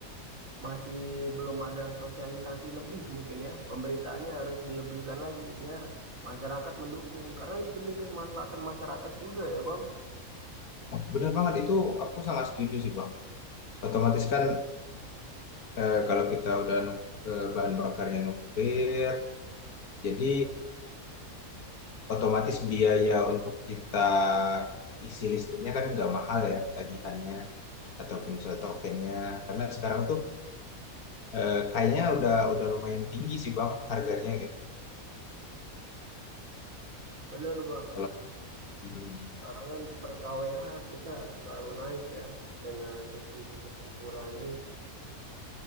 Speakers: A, on the right; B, on the left.
A: masih belum ada sosialisasi lebih mungkin ya. Pemberitaannya harus dilebihkan lagi biar masyarakat mendukung. Karena ini demi kemaslahatan masyarakat juga ya Bang.
B: benar banget itu aku sangat setuju sih bang. Otomatis kan eh, kalau kita udah nu- eh, bahan bakarnya nuklir, jadi otomatis biaya untuk kita isi listriknya kan nggak mahal ya tagihannya ataupun
A: Hmm,
B: misalnya tokennya. Karena sekarang tuh eh, kayaknya udah udah lumayan tinggi sih bang harganya gitu.
A: bener Bang.
B: Kalau mm,
A: Sekarang kan per KWH kita selalu naik ya dengan subsidi yang dikurangi.